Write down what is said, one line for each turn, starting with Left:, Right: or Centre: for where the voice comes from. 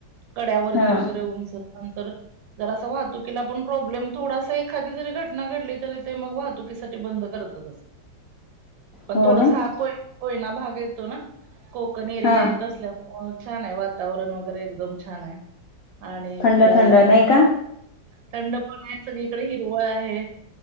Right: कड्यावरती
Left: हा
Right: वगैरे उंच नंतर. जर अस वाहतुकीला पण प्रॉब्लेम थोडासा एखादी जरी घटना घडली तरी ते मग वाहतुकीसाठी बंद करता. करताच. पण
Left: हो
Right: थोडस
Left: ना
Right: हा कोय कोयना भाग येतो ना कोकण एरिया
Left: हा
Right: येत असल्यावर. अ छान आहे वातावरण वगैरे एकदम छान आहे आणि
Left: थंड
Right: फिरायला.
Left: थंड नाही का
Right: थंड पण आहे सगळीकडे हिरवळ आहे